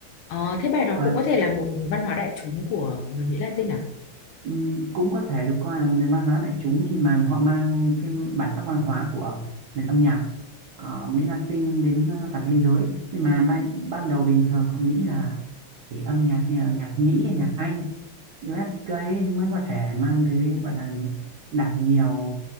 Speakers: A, on the left (about 70°); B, on the right (about 75°).
A: Ờ, thế bài đó
B: thời
A: cũng có thể là một văn hóa đại chúng của người Mỹ Latin à?
B: Ừ, cũng có thể được coi là một nền văn hóa đại chúng khi mà họ mang cái bản sắc văn hóa của nền âm nhạc ờ, Mỹ Latin đến ờ, toàn thế giới nhưng mà ban, ban đầu bình thường họ nghĩ là chỉ âm nhạc như là âm nhạc Mỹ âm nhạc Anh USK ấy mới có thể mang tới gọi là đạt nhiều